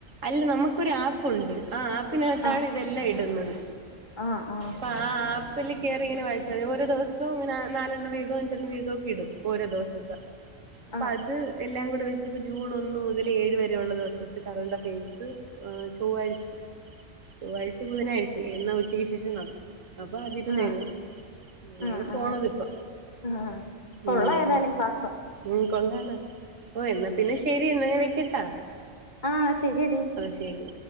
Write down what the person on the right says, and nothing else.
അല്ല നമുക്കൊര് ആപ്പുണ്ട് ആ ആപ്പിനാത്താണ്
ഇതെല്ലം ഇടുന്നത്
പാ. ആഹ് ആപ്പിൽ കേറിങ്ങനെ വൽച്ചാതി ഓരോ ദിവസോംങ്ങനെ നാലണ്ണം വീതോ അഞ്ചണ്ണവീതോ ഒക്കെ ഇടും ഓരോ ദിവസ ദ
പ്പത് എല്ലാം കൂടെ വെച്ച്പ്പ ജൂൺ ഒന്ന് മുതൽ ഏഴ് വരെയുള്ള ദിവസത്തെ കറണ്ട്. എഴുത്ത് ആ ചൊവ്വാഴ്ച ചൊവ്വാഴ്ച്ചേ ബുധനാഴ്ച്ചേ എന്നാ ഉച്ചയ്ക്ക് ശേഷം നടത്തും. അപ്പ ആതിക്കന്ന്
എഴുതാ. അങ്ങിനെണ്
പോണത്പ്പം
ഉം.
ഉം കൊള്ളാലോ ഓ എന്നാ പിന്നെ ശരി എന്നാഞാൻ വെക്ക്യട്ടാ.
ആഹ് ശരി.